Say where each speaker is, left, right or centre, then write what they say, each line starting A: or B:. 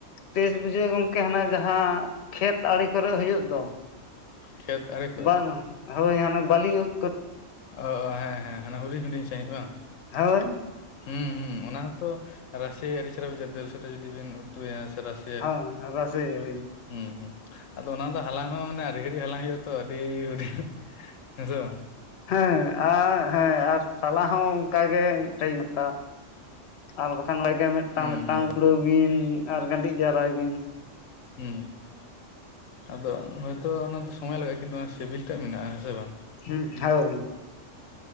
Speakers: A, on the left; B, on the left.
A: ᱴᱮᱥ ᱵᱩᱡᱷᱟᱹᱜᱼᱟ ᱜᱚᱝᱠᱮ ᱦᱟᱱᱟ ᱡᱟᱦᱟᱸ ᱠᱷᱮᱛ ᱟᱲᱮ ᱠᱚᱨᱮ ᱦᱩᱭᱩᱜ ᱫᱚ᱾
B: ᱠᱷᱮᱛ ᱟᱲᱮ ᱠᱚᱨᱮ
A: ᱵᱟᱝᱟ ᱦᱳᱭ ᱦᱟᱱᱮ ᱵᱟᱞᱤ ᱩᱫᱽ
B: ᱚ ᱚ ᱦᱮᱸ ᱦᱮᱸ ᱦᱮᱸ ᱦᱟᱱᱮ ᱦᱩᱰᱤᱧ ᱦᱩᱰᱤᱧ ᱥᱟᱹᱦᱤᱡᱽ ᱵᱟᱝ?
A: ᱦᱳᱭ
B: ᱦᱩᱸ ᱦᱩᱸ ᱚᱱᱟ ᱦᱚᱸᱛᱚ ᱨᱟᱥᱮ ᱟᱹᱰᱤ ᱟᱹᱨᱤᱪᱮᱨᱦᱟ ᱵᱩᱡᱷᱟᱹᱜᱼᱟ, ᱫᱟᱹᱞ ᱥᱟᱛᱮ ᱡᱩᱫᱤ ᱵᱤᱱ ᱩᱛᱩᱭᱟ ᱥᱮ ᱨᱟᱥ
A: ᱦᱚᱸ ᱨᱥᱮᱭᱟᱵᱤᱱ᱾
B: ᱦᱩᱸ ᱦᱩᱸ ᱟᱫᱚ ᱚᱱᱟ ᱫᱚ ᱦᱟᱞᱟᱝ ᱦᱚᱸ ᱢᱟᱱᱮ ᱟᱹᱰᱤ ᱜᱷᱟᱹᱲᱤᱡ ᱦᱟᱞᱟᱝ ᱦᱩᱭᱩᱜᱼᱟ ᱛᱚ ᱟᱹᱰᱤ ᱦᱩᱰᱤ ᱦᱮᱸ ᱥᱮ ᱵᱟᱝ?
A: ᱦᱮᱸ ᱟ ᱦᱮᱸ ᱟᱨ ᱥᱟᱞᱟ ᱦᱚᱸ ᱚᱝᱠᱟᱜᱮ ᱴᱟᱭᱤᱢ ᱦᱟᱛᱟᱣᱟ ᱟᱨ ᱵᱟᱠᱷᱟᱱ ᱞᱮᱜᱮ ᱢᱤᱫᱴᱟᱝ
B: ᱦᱩᱸ
A: ᱢᱤᱫᱴᱟᱝ
B: ᱦᱩᱸ
A: ᱠᱩᱲᱟᱹᱣ ᱵᱤᱱ ᱟᱨ ᱜᱟᱹᱰᱤᱡ ᱡᱟᱣᱨᱟᱭ ᱵᱤᱱ᱾
B: ᱦᱩᱸ ᱟᱫᱚ ᱦᱳᱭᱛᱳ ᱚᱱᱟ ᱫᱚ ᱥᱚᱢᱚᱭ ᱞᱟᱜᱟᱜᱼᱟ ᱠᱤᱱᱛᱩ ᱚᱱᱟ ᱥᱤᱵᱤᱞ ᱴᱟᱜ ᱢᱮᱱᱟᱜᱼᱟ ᱦᱮᱸᱥᱮ ᱵᱟᱝ?
A: ᱦᱩᱸ ᱦᱟᱣ